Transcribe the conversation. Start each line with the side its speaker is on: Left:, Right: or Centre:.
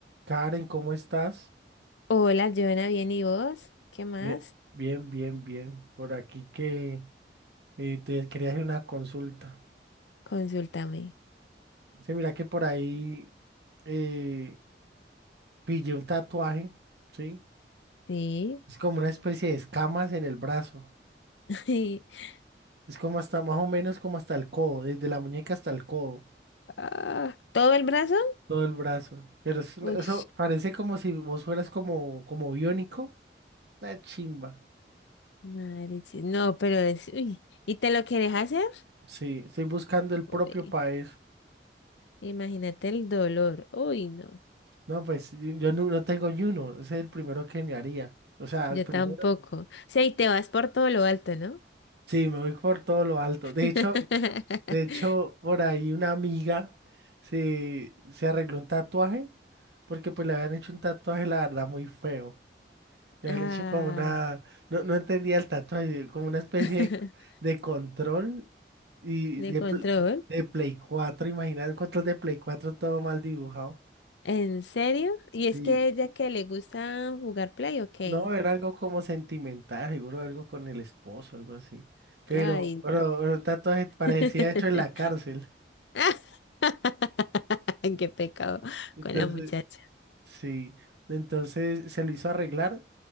Right: Karen, ¿cómo estás?
Left: Hola, Joana, bien, ¿y vos? ¿Qué más?
Right: Bien, bien, bien. bien. Por aquí que eh, te quería hacer una consulta.
Left: Consúltame.
Right: Sí, mira que por ahí eh, pillé un tatuaje, ¿sí?
Left: Sí.
Right: Es como una especie de escamas en el brazo.
Left: <laughs>
Right: Es como hasta más o menos como hasta el codo, desde la muñeca hasta el codo,
Left: Ah, ¿todo el brazo?
Right: todo el brazo. Pero es una-
Left: Uy,
Right: eso parece como si vos fueras como, como biónico. Una chimba.
Left: madre. sí. No, pero es. Uy. ¿Y te lo querés hacer?
Right: Sí, estoy buscando el propio
Left: Uy,
Right: país.
Left: imagínate el dolor. Uy, no.
Right: No, pues yo no, no tengo ni uno, ese es el primero que me haría. O sea,
Left: Yo
Right: el primero,
Left: tampoco. O sea, y te vas por todo lo alto, ¿no?
Right: sí, me voy por todo lo alto.
Left: <laughs>
Right: De hecho, de hecho, por ahí una amiga se, se arregló un tatuaje, porque pues le habían hecho un tatuaje, la verdad, muy feo. Le
Left: Ay,
Right: habían hecho como una,
Left: no.
Right: no, no entendía el tatuaje, como una especie
Left: <laughs>
Right: de, de control y
Left: de
Right: de,
Left: control.
Right: pl- de Play 4 imagínate, un control de Play 4 todo mal dibujado.
Left: ¿En serio? ¿Y
Right: Sí,
Left: es que ella que le gusta jugar play o qué?
Right: No, era algo como sentimental, seguro algo con el esposo, algo así. Pero,
Left: Ay,
Right: pero el tatuaje parecía
Left: no.
Right: hecho en la cárcel.
Left: <laughs> <laughs> Qué pecado
Right: Entonces,
Left: con la muchacha.
Right: sí. Entonces se lo hizo arreglar